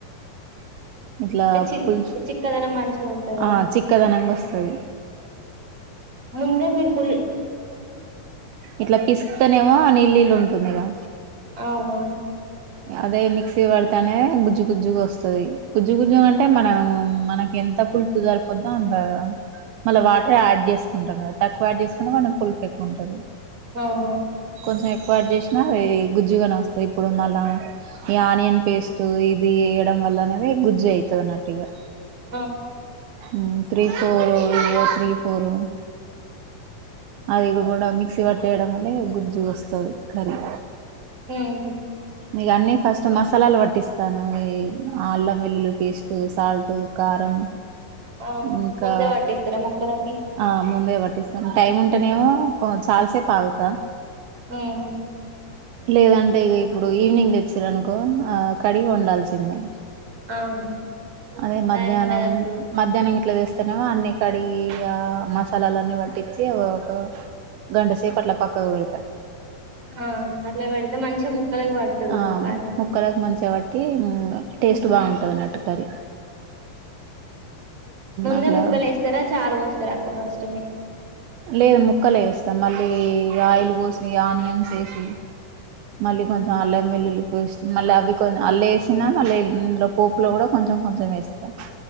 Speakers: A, on the right; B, on the right.
A: <unintelligible> ఇట్లా
B: అంటే చి
A: పులుచు
B: చిక్కదనం మంచిగా ఉంటదా
A: ఆ చిక్కదనంగా వస్తాది
B: ముందే మీరు పులి
A: ఇట్లా పిస్కుతానేమో నీళ్లు నీళ్లు ఉంటుందిగా
B: ఓహో
A: అదే మిక్సీ వడతనే గుజ్జు గుజ్జుగా వస్తాది గుజ్జుగుజ్జు అంటే మనం మనకి ఎంత పులుపు సరిపోదో అంతా మళ్ళా వాటర్ యాడ్ చేసుకుంటాం కదా తక్కువ యాడ్ చే <unintelligible> పులుపు ఎక్కువ ఉంటాది
B: అవును
A: కొంచెం ఎ పాడుచేసినా వే గుజ్జుగాని వస్తాయి ఇప్పుడు నళ్ళా ఈ ఆనియన్ పేస్ట్ టు ఇది ఏయడం వల్ల అనేది గుజ్జు ఐతాదన్నట్టుగా
B: ఆ
A: ఊమ్ త్రీ ఫోరు <unintelligible> త్రీ ఫోరు అది గుడా మిక్సీ పట్టేయడం వల్లే గుజ్జుగా వస్తాది కర్రీ
B: ఊమ్
A: ఇగ అన్నీ ఫస్ట్ మసాలాలు పట్టిస్తాను ఈ అల్లం వెల్లులు పేస్టు సాల్టు కారం
B: ఆ
A: ఇంకా
B: ముందే పట్టిస్తారా ముక్కలకి
A: ఆ ముందే పట్ పట్టిస్తాను టైమ్ ఉంటేనేమో కో చాలాసేపు ఆగుతా
B: ఉమ్
A: లేదంటే ఇగ ఇప్పుడు ఈవినింగ్ తెచ్చిరు అనుకో ఆ కడిగి వండాల్సిందే
B: అవును
A: అదే మధ్యాహ్నం
B: టైం ఉండదు అప్పుడు
A: మధ్యాహ్నం ఇట్లాతేస్ <unintelligible> నేమో అన్నీ కడిగి ఆ మసాలాలన్నీ పట్టించి ఒక గంటసేపట్లా పక్కకు పెడాతా
B: ఆ అట్లా పెడితే మంచి ముక్కలకి పడతాది
A: ఆ
B: ఉప్పుకారం
A: ముక్కలకు మంచిగా పట్టి
B: <unintelligible>
A: టేస్ట్ బాగుంటది అన్నట్టు కర్రీ
B: ముందే
A: అట్లా
B: ముక్కలు ఏస్తారా చారు పోస్తారా అక్కబస్త
A: లేదు ముక్కలు ఏస్తాం మళ్ళీ ఆయిల్ కోసి ఆనియన్స్ ఏసి మళ్ళీ కొంచెం అల్లం వెల్లులు బేస్ట్ మళ్ళా అవి కొని అలేసినా మళ్ళీ ఇందులో పోపులో కూడా కొంచెం కొంచెం వేస్తాం.